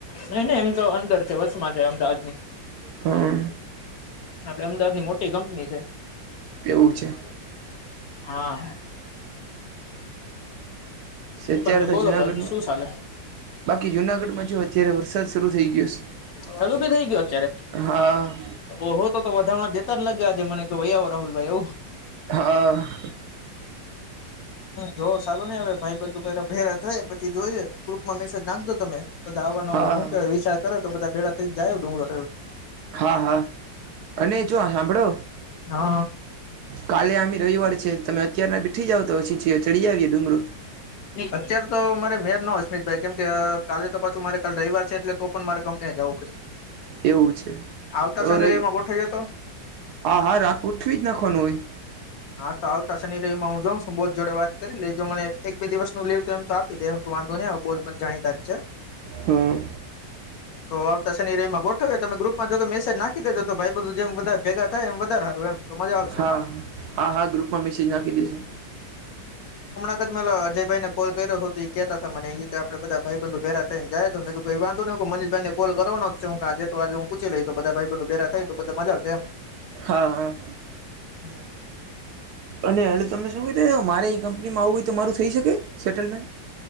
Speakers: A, on the left (about 55°); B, on the right (about 70°).
A: નહી નહિ એમ તો અંદર છે વસ માં છે અમદાવાદ ની
B: હા
A: આપડે અમદાવાદની મોટી કંપની છે
B: એવું છે
A: હા
B: અત્યારે
A: બાકી
B: તો
A: બોલો
B: જુનાગઢમાં
A: ભાઈ શું ચાલે
B: બાકી જુનાગઢમાં જો અત્યારે વરસાદ શરૂ થઈ ગયો છે
A: ચલું ભી થઇ ગયો અત્યારે
B: હા
A: ઓહ હો તો વધાણાં જેતા જ લાગે આજે મને કે આવો રાહુલભાઈ એવું
B: હા
A: જોવ સાલું નઈ આવે ભાઈ બધું પેલા ભેરા થાય પછી જોઈજ ગ્રુપમાં મેસેજ નાખજો તમે બધા આવવાનો
B: હા
A: કેવાય વિચાર કરો તો બધા ભેગા થઈને જાય ડુંગળો
B: હા હા અને જો હાભળો
A: હા
B: કાલે આમે રવિવાર છે તમે અત્યાર ના બેઠી જાવ તો પછી છે ચ ચડી આવીએ ડુંગળ
A: અત્ય્યારે તો મારે મેર ન અસ્મિતભાઈ કેમ કે કાલે તો પાછું મારે કલે રવિવાર છે એટલે તો પણ મારે કપને જવું પડશે
B: એવું છે
A: આવતા
B: તો
A: શનિ
B: ર
A: રવિમાં ગોઠવ્યો તો
B: આ હાર રાખ ઉઠવી જ નાખવાનું હોય
A: હા તો આવતા શનિ રવમાં હું જાઉં છુ બોસ જોડે વાત કરી લઈજ મને એક બેિવસું લીવ એમ તો કીધ વાંધો નને બોસ પણ જાણીતા જ છે
B: હમ્મ
A: તો આવતા શનિ રવીમાં ગોઠવે તમે ગ્રુપમાં જો કે મેસેજ નાખી દેજો તો ભાઈ બધું જેમ બધા ભેગા થાય એમ વધારે હારું એમ તો મજા આવશે.
B: હા હા હા ગ્રુપમાં મેસેજ નાખી દઈશું
A: મે અજયભાઈ ને કોલ કર્યો હતો તો એ કેહેતા હતા મને એ કે આપડે બધા ભાઈ બંધુ ભેગા થઈ ને જાય તો મે કઈ વાંધો ન કો મનીષભાઈ ને કોલ કરવાનો જ હું આજ તો આજ હું પૂછી લઈ તો બધા ભાઈબન્ધો પેરા થાય તો બધ મજા આવશે એમ
B: હા હા
A: હમ્મ
B: અને એટલે તમે શું કીધું મારે એ કંપનીમાં આવવું હોય તો મારું થઈ શકે સેટલમેન્ટ